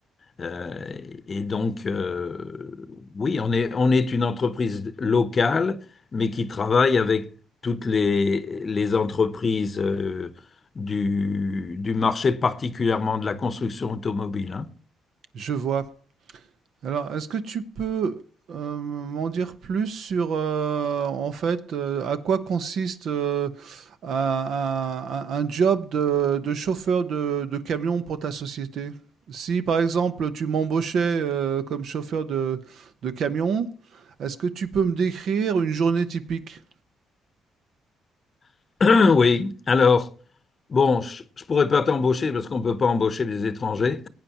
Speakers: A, on the left; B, on the right.
A: Euh, et donc, euh, oui, on est, on est une entreprise locale, mais qui travaille avec toutes les, les entreprises euh, du, du marché, particulièrement de la construction automobile. hein.
B: Je vois. Alors, est-ce que tu peux euh, m'en dire plus sur, euh, en fait, euh, à quoi consiste euh, un, un- un job de, de chauffeur de, de camion pour ta société? Si, par exemple, tu m'embauchais euh, comme chauffeur de, de camion, est-ce que tu peux me décrire une journée typique?
A: <clears throat> Oui, alors. Bon, je, je pourrais pas t'embaucher parce qu'on peut pas embaucher des étrangers.